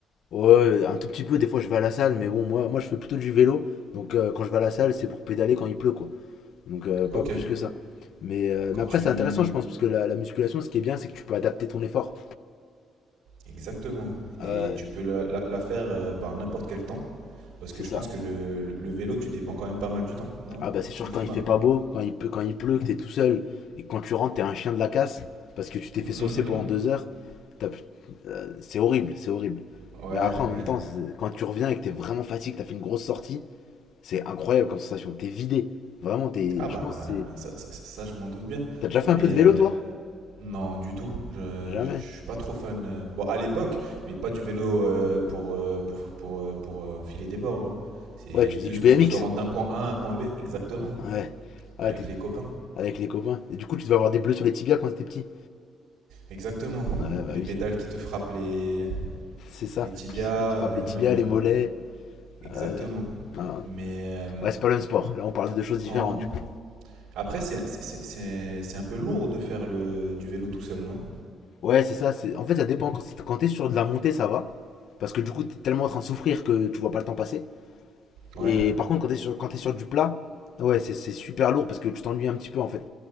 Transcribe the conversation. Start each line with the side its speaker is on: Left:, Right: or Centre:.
Left: Ouais, un tout petit peu, des fois je vais à la salle, mais bon, moi, moi je fais plutôt du vélo. Donc euh, quand je vais à la salle, c'est pour pédaler quand il pleut, quoi. Donc euh,
Right: Ok.
Left: pas plus que ça. Mais, euh,
Right: Quand
Left: mais après,
Right: tu...
Left: c'est intéressant, je pense, parce que la, la musculation, ce qui est bien, c'est que tu peux adapter ton effort.
Right: Exactement.
Left: Ouais,
Right: Et tu peux la, la- la faire euh, par n'importe quel temps. Parce
Left: c'est
Right: que je
Left: ça.
Right: pense que le, le- le vélo, tu dépends quand même pas mal du temps, non?
Left: Ah bah c'est sûr,
Right: Du climat.
Left: quand il fait pas
Right: <laughs>
Left: beau, quand il, peut, quand il pleut, que t'es tout seul, et que quand tu rentres, t'es un chien de la casse, parce que tu t'es
Right: Mhm.
Left: fait saucer pendant deux heures, t'as plus- euh, c'est horrible, c'est horrible.
Right: Ouais,
Left: Mais après, en même
Right: ouais.
Left: temps, c'est- quand tu reviens et que t'es vraiment fatigué, que t'as fait une grosse sortie, c'est incroyable comme sensation. T'es vidé. Vraiment, t'es,
Right: Ah bah,
Left: je pense, que c'est
Right: euh, ça, ça- ça, je m'en doute bien.
Left: T'as déjà fait
Right: Mais
Left: un peu de vélo,
Right: euh,
Left: toi
Right: non, du tout. Je,
Left: Jamais.
Right: je suis pas trop fan. euh, Bon, à l'époque, mais pas du vélo euh, pour, euh, pour, pour, euh, pour, euh, enfiler des bornes. hein. C'est
Left: Ouais, tu faisais
Right: plus
Left: du
Right: pour
Left: BMX.
Right: se rendre d'un point A à un point B. Exactement.
Left: <laughs> Ouais. Ouais,
Right: Avec
Left: Ah, t'es
Right: les copains.
Left: avec les copains. Et du coup, tu devais avoir des bleus sur les tibias quand t'étais petit.
Right: Exactement.
Left: Ouais, bah
Right: Les
Left: oui,
Right: pédales qui te frappent les,
Left: c'est ça.
Right: les tibias,
Left: Qui te frappe
Right: euh,
Left: les tibias,
Right: même. euh,
Left: les mollets.
Right: exactement.
Left: euh, non.
Right: Mais euh,
Left: Ouais, c'est pas le même sport. Là, on parle de deux choses différentes,
Right: oh,
Left: du coup.
Right: Après, c'est- c'est c'est- c'est- un peu lourd de faire le, du vélo tout seul, non
Left: Ouais, c'est ça. c'est- En fait, ça dépend. Quand c'est- Quand t'es sur de la montée, ça va. Parce que du coup, t'es tellement en train de souffrir que tu vois pas le temps passer.
Right: Ouais.
Left: Et par contre, quand t'es sur, quand t'es sur du plat, ouais, c'est c'est super lourd parce que tu t'ennuies un petit peu en fait.